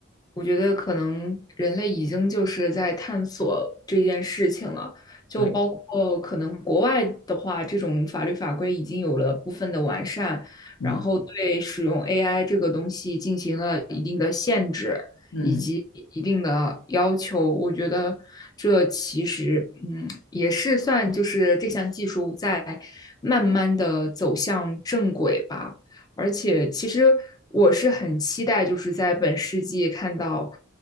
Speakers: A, on the left (about 20°); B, on the left (about 80°).
A: 我觉得可能人类已经就是在探索这件事情了，就包括可能国外的话，
B: 对，
A: 这种法律法规已经有了部分的完善，
B: 嗯
A: 然后对使用 AI 这个东西进行了一定的限制以及一定的要求。
B: 嗯，
A: 我觉得这其实，嗯，也是算就是这项技术在慢慢的走向正轨吧。而且其实我是很期待，就是在本世纪看到